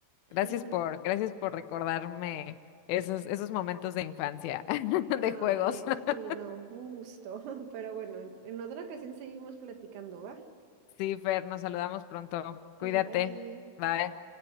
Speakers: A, on the right; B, on the left.
A: <laughs>
B: Gracias por, gracias por recordarme esos, esos momentos de infancia, <laughs>
A: Ay,
B: de juegos. <laughs>
A: sí, no, un gusto. <laughs> Pero bueno, en en otra ocasión seguimos platicando, ¿va?
B: Sí, Fer, nos saludamos pronto. Cuídate.
A: Sí, bye.
B: Bye.